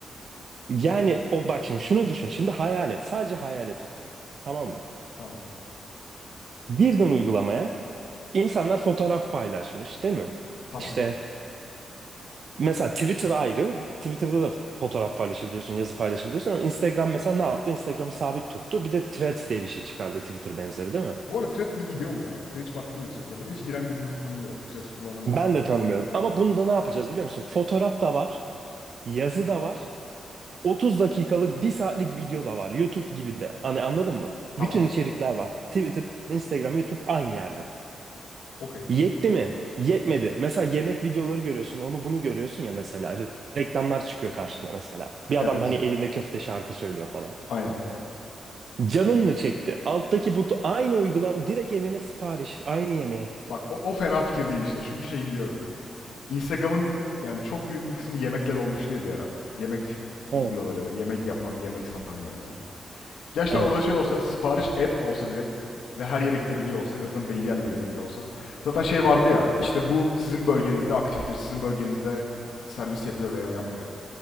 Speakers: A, on the right; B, on the left.
A: Yani o bak şimdi şunu düşün. Şimdi hayal et. Sadece hayal et Utku. Tamam mı?
B: Tamam.
A: Girdin uygulamaya. İnsanlar fotoğraf paylaşmış, değil mi?
B: Tamam.
A: İşte mesela Twitter ayrı. Twitter'da da fotoğraf paylaşabiliyorsun, yazı paylaşabiliyorsun ama Instagram mesela ne yaptı? Instagram'ı sabit tuttu. Bir de Threads diye bir şey çıkardı Twitter benzeri, değil mi?
B: Bu arada Threads iyi gidiyor mu ya? Sen hiç baktın mı Threads'e? Ben hiç giren birini bir tanımıyorum. Threads kullanan
A: Ben
B: birisini.
A: de tanımıyorum. Ama bunda ne yapacağız biliyor musun? Fotoğraf da var, yazı da var. 30 dakikalık, bir saatlik video da var. YouTube gibi de. Hani anladın mı?
B: Tamam.
A: Bütün içerikler var. Twitter, Instagram, YouTube aynı yerde.
B: Okey.
A: Yetti mi? Yetmedi. Mesela yemek videoları görüyorsun, onu bunu görüyorsun ya mesela. Re- Reklamlar çıkıyor karşına mesela. Bir
B: Evet.
A: adam hani elinde köfte şarkı söylüyor falan.
B: Aynen.
A: Canın mı çekti? Alttaki butu aynı uygulama, direkt evine sipariş, aynı yemeğe.
B: Bak o, o fena fikir değil işte. Çünkü şey biliyorum. Instagram'ın yani çok büyük bir kısmı yemekle dolmuştu ya bir ara. Yemek
A: Evet,
B: videoları, yemek yapan, yemek satan yerlerle. Gerçekten
A: evet.
B: orada şey olsa, sipariş et olsa direkt ve her yere gidebiliyor olsa, en azından belli yerlere gidebiliyor olsa. Zaten şey vardı ya, işte bu sizin bölgenizde aktiftir, sizin bölgenizde servis yapıyor veya yapmıyor.